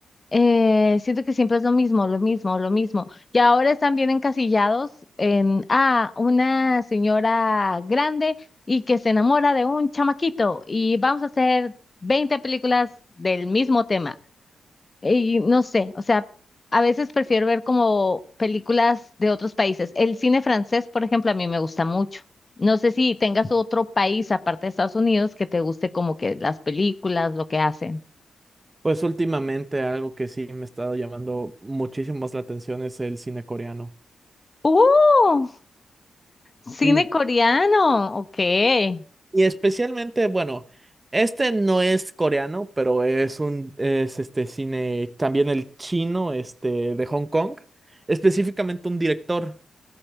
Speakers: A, on the left; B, on the right.
A: eh, siento que siempre es lo mismo, lo mismo, lo mismo. Y ahora están bien encasillados en, ah, una señora grande y que se enamora de un chamaquito y vamos a hacer 20 películas del mismo tema. Y no sé, o sea, a veces prefiero ver como películas de otros países. El cine francés, por ejemplo, a mí me gusta mucho. No sé si tengas otro país aparte de Estados Unidos que te guste como que las películas, lo que hacen.
B: Pues últimamente algo que sí me ha estado llamando muchísimo más la atención es el cine coreano.
A: ¡Uh! Cine
B: Sí.
A: coreano, ok.
B: Y especialmente, bueno, este no es coreano, pero es un, es este cine, también el chino, este, de Hong Kong. Específicamente un director.